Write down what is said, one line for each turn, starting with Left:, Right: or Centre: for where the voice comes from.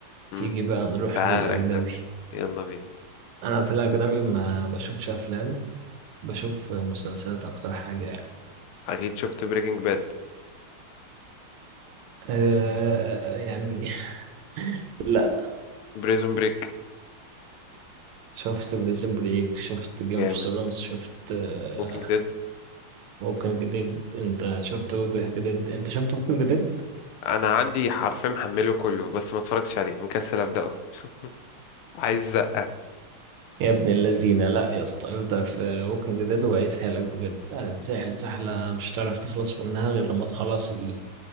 Left: مم.
Right: تيجي بقى نروح
Left: تعال
Right: للاجنبي
Left: اجنبي يلا بينا
Right: انا في الاجنبي ما بشوفش افلام بشوف مسلسلات اكتر حاجة يعني
Left: اكيد شفت بريكنج باد
Right: أه يعني <laughs> لا
Left: بريزون بريك
Right: شفت بريزن بريك شفت جيم
Left: جامد
Right: اوف ثرونز شفت آه،
Left: ووكينج ديد
Right: ممكن جديد انت شفت ممكن جديد انت شفت ممكن جديد
Left: انا عندي حرفين محمله كله بس ما اتفرجتش عليه مكسل ابداه <laughs> عايز زقة.
Right: يا ابن اللذينه لا يا اسطى ابدا في ممكن جديد وهيسهلك بجد هتتسهل سهله مش هتعرف تخلص منها غير لما تخلص ال